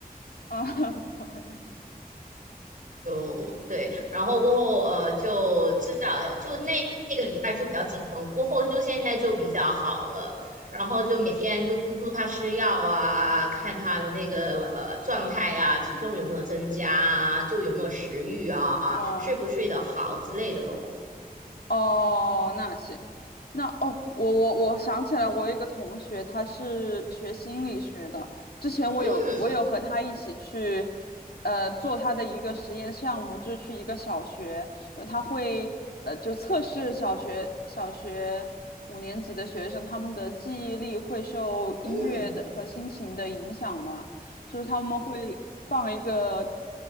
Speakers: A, on the left (about 75°); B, on the right (about 60°).
A: 啊，<laughs> 对，
B: 就对，然后过后呃就知道，呃就那那个礼拜就比较紧绷，过后就现在就比较好了，然后就每天就督促他吃药啊，看他的那个呃状态啊，体重有没有增加啊，
A: 嗯，
B: 就有没有食欲啊，
A: 哦
B: 睡不睡得好之类的咯。
A: 哦，那行，那哦，我我我想起来，我有一个同学，他是学心理学的。之前我有我有和他一起去，
B: 嗯
A: 呃，做他的一个实验项目，就是去一个小学，然后他会呃就测试小学小学五年级的学生，他们的记忆力会受音乐的和心情的影响嘛，
B: 嗯，
A: 就是他们会放一个。